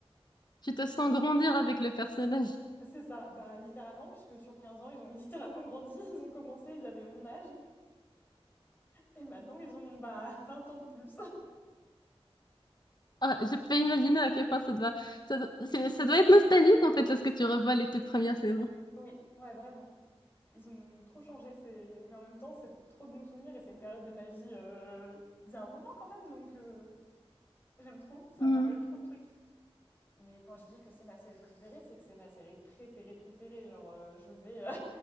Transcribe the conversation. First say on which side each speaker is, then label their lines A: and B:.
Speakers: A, on the left; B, on the left.
A: Tu te sens grandir avec le personnage.
B: C'est ça, bah littéralement puisque sur 15 ans, ils ont littéralement grandi, <laughs> ils ont commencé, ils avaient mon âge Et maintenant, ils ont bah, <laughs> 20 ans de plus.
A: Ah, je peux imaginer à quel point ça doit, ça doit, c'est- ça doit être nostalgique en fait lorsque tu revois les toutes premières saisons.
B: oui, ouais, vraiment. Ils ont trop changé, c'est... mais en même temps, c'est trop de bons souvenirs et c'est une période de ma vie. euh, Il y a un moment quand même, donc euh, j'aime trop, ça
A: Mhm.
B: me rappelle trop de trucs. Mais quand je dis que c'est ma série préférée, c'est que c'est ma série préférée préférée. Genre, euh, je, vais, euh,